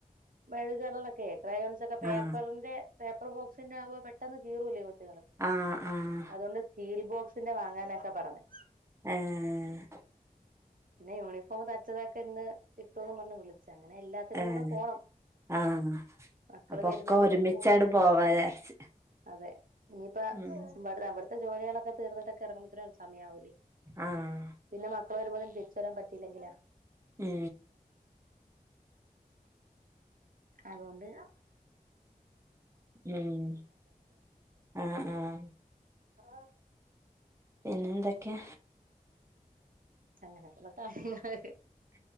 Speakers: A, on the right; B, on the right.
A: മെഴുക് കളർലൊക്കെ ക്രയോൺസൊക്കെ പേപ്പറിന്റെ
B: ആഹ്
A: പേപ്പർ ബോക്സിന്റെ ആവുമ്പോ പെട്ടെന്ന് കീറൂല്ലേ കൊച്ചുങ്ങള്
B: ആഹ് ആഹ്
A: അതോണ്ട് സ്റ്റീൽ ബോക്സിന്റെ വാങ്ങാനൊക്കെ പറഞ്ഞ്
B: ഏഹ്
A: പിന്നെ യൂണിഫോം തയ്ച്ചതൊക്കെ ഇന്ന് കിട്ടുംന്ന് പറഞ്ഞ് വിളിച്ചു അങ്ങനെ എല്ലാ ത്തിനും
B: ഏഹ്
A: കൂടെ പോണം
B: ആഹ്
A: മക്കള്
B: അപ്പൊക്കെ
A: വരുന്നതിന്
B: ഒരുമിച്ചാട്
A: മുന്നേ പോയിട്ട്
B: പോവാ വിചാരിച്ച്
A: അതെ ഇനിയിപ്പ
B: ഉം
A: ഇവിട് അവിടുത്തെ ജോലികളൊക്കെ തീർന്നിട്ടൊക്കെ ഇറങ്ങുമ്പോത്തിന് ഒരു സമയാവൂലേ
B: ആഹ്
A: പിന്നെ മക്കള് വരുമ്പോത്തിന് തിരിച്ചുവരാൻ പറ്റിയില്ലങ്കിലോ
B: മ്മ്
A: അതോണ്ട്
B: മ്മ് ആഹ് ആഹ്
A: ആഹ്
B: പിന്നെന്തൊക്കെ
A: അങ്ങനൊക്കൊള്ളൂ കാര്യങ്ങള്